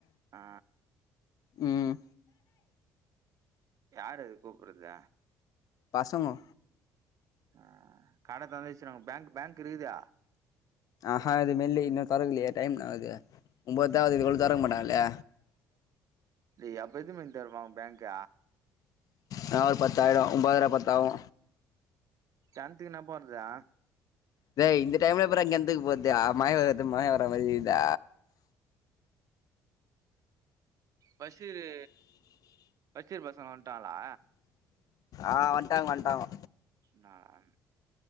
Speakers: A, on the right (about 55°); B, on the left (about 60°).
A: ஆ
B: ம்
A: யார் அது கூப்புட்றது
B: பசங்கோ
A: ஆ கடை தொறந்து வெச்சுகுறாங்கு பேங்க் பேங்க் இருக்குதே
B: ஆ இது மெல்லி இன்னு தொறக்கலியே டைம்னா அவுது ஒன்போத்தா ஆவுது இதுக்குள்ள தொறக்க மாட்டாங்லே
A: டேய் அப்போ எத்தின் மணிக்கு தெறபாங்க பேங்க்க
B: நா ஒரு பத்தாயிடோ ஒன்பதர பத்தாவு
A: கேண்துக்கு நா போற்த
B: டேய் இந்த டைம்ல எப்புறா கேண்துக்கு போர்தே மழ வேற வர்து மழ வரற மாரி இருக்குத
A: பஷீரு பஷீர் பசங்க வந்ன்டாங்ளா
B: ஆ வந்ன்டாங்க வந்ன்டாங்கோ
A: நான்